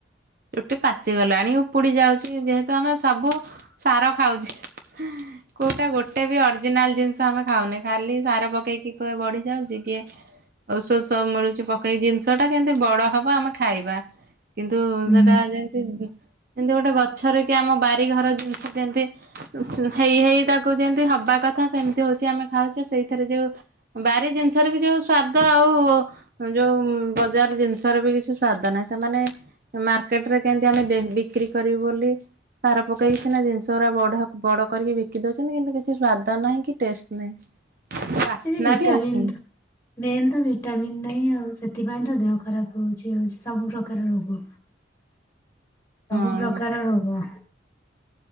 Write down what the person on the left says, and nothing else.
ଉଁ
କିନ୍ତୁ ଭିଟାମିନ୍
ତ ମେନ୍ ତ ଭିଟାମିିନ୍ ନାହିଁ ଆଉ। ସେଥିପାଇଁ ତ ଦେହ ଖରାପ ହଉଛି ହଉଛି ସବୁ ପ୍ରକାର ରୋଗ। ସବୁ
ପ୍ରକାର ରୋଗ।